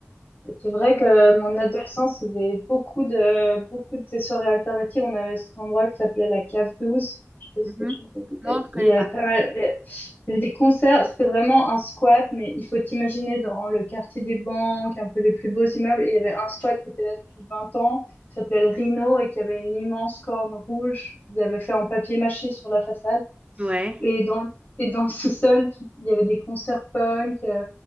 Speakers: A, on the left (about 40°); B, on the right (about 25°).
A: Et c'est vrai que mon adolescence, il y avait beaucoup de, beaucoup de ces soirées alternatives. On avait cet endroit qui s'appelait la Cave 12. Je sais pas si
B: Mhm.
A: t'as déjà entendu.
B: Non,
A: Et
B: je connais
A: Il y avait
B: pas.
A: pas mal, et- il y avait des concerts. C'était vraiment un squat, mais il faut t'imaginer dans le quartier des banques, un peu les plus beaux immeubles. Et il y avait un squat qui était là depuis 20 ans, qui s'appelait le Rhino et qui avait une immense corne rouge qu'ils avaient fait en papier mâché sur la façade.
B: Ouais.
A: Et
B: <laughs>
A: dans, et dans le sous-sol, tu- il y avait des concerts punk, euh,